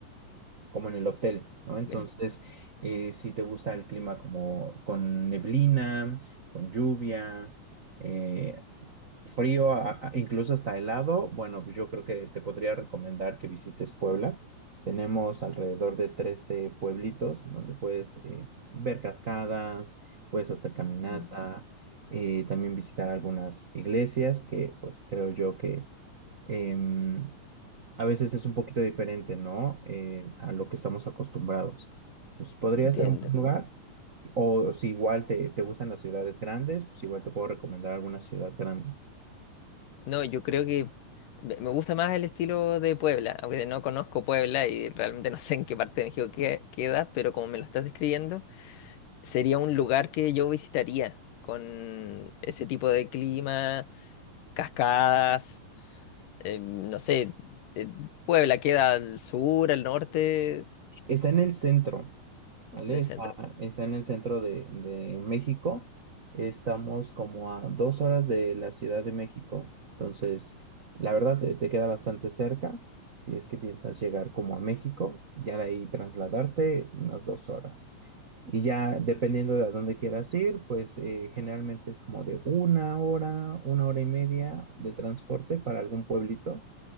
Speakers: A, on the right; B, on the left.
A: como en el hotel, ¿no? Entonces,
B: ok.
A: eh, si te gusta el clima como con neblina, con lluvia, eh, frío, a- a- incluso hasta helado, bueno, pues yo creo que te podría recomendar que visites Puebla. Tenemos alrededor de 13 pueblitos en donde puedes eh, ver cascadas, puedes hacer caminata,
B: Mm.
A: eh, también visitar algunas iglesias que pues creo yo que em, a veces es un poquito diferente, ¿no? Eh, a lo que estamos acostumbrados. Pues podría
B: Entiendo.
A: ser un buen lugar. O si igual te, te gustan las ciudades grandes, pues igual te puedo recomendar alguna ciudad grande.
B: No, yo creo que me me gusta más el estilo de Puebla, aunque no conozco Puebla y realmente no sé en qué parte de México que- queda, pero como me lo estás describiendo. sería un lugar que yo visitaría con ese tipo de clima, cascadas, eh, no sé, eh, Puebla queda al sur, al norte,
A: Está en el centro, ¿vale?
B: en el
A: Está,
B: centro.
A: está en el centro de, de México. Estamos como a dos horas de la Ciudad de México. Entonces, la verdad, te, te queda bastante cerca. Si es que piensas llegar como a México, y ya de ahí trasladarte unas dos horas. Y ya dependiendo de a dónde quieras ir, pues eh, generalmente es como de una hora, una hora y media de transporte para algún pueblito.